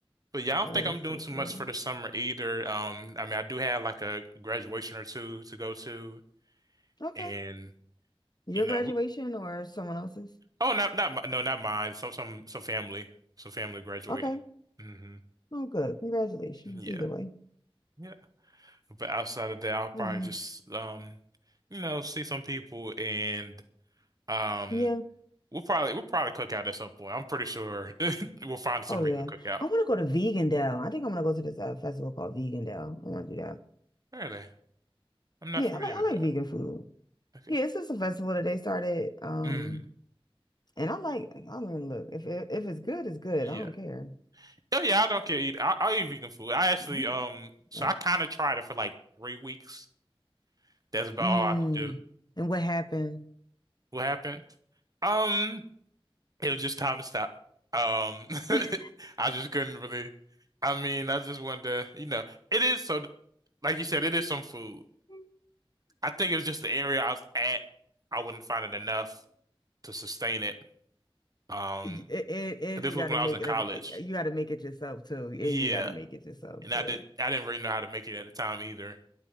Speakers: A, on the right (about 40°); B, on the left (about 45°).
A: But yeah, I don't
B: That
A: think I'm
B: is
A: doing
B: too
A: too
B: funny.
A: much for the summer either. Um, I mean, I do have like a graduation or two to go to,
B: Okay.
A: and
B: Your
A: you know,
B: graduation
A: w-
B: or someone else's?
A: oh, not not mi- no, not mine. Some some some family, some family graduating.
B: Okay.
A: hmm
B: Oh, good. Congratulations.
A: Yeah,
B: Either way.
A: yeah. But outside of that, I'll probably
B: Mm,
A: just um, you know, see some people, and um,
B: Yeah.
A: we'll probably we'll probably cook out at some point. I'm pretty sure <laughs> we'll find some
B: Oh,
A: reason
B: yeah.
A: to cook out.
B: I want to go to Vegandale. I think I'm gonna go to this uh, festival called Vegandale. I want to do that.
A: Where are they? I'm not
B: Yeah,
A: familiar
B: I like I
A: with
B: like
A: that.
B: vegan food.
A: Okay.
B: Yeah, it's just a festival that they started. Um,
A: Mm,
B: and I like. I mean, look, if it, if it's good, it's good.
A: yeah.
B: I don't care.
A: Oh yeah, I don't care either. I, i eat vegan food. I actually,
B: Mhm.
A: um, so
B: Right.
A: I kind of tried it for like three weeks. That's about
B: Mm.
A: all I could do.
B: And what happened?
A: What happened? Um, it was just time to stop. Um,
B: <laughs>
A: <laughs> I just couldn't really. I mean, I just wanted to, you know, it is so, like you said, it is some food.
B: And,
A: I think it was just the area I was at. I wouldn't find it enough to sustain it. Um,
B: and
A: 'cause this
B: you got
A: was when
B: to make
A: I was in college.
B: it like you got to make it yourself too, and
A: Yeah,
B: you got to make it yourself
A: and
B: too.
A: I didn't, I didn't really know how to make it at the time either.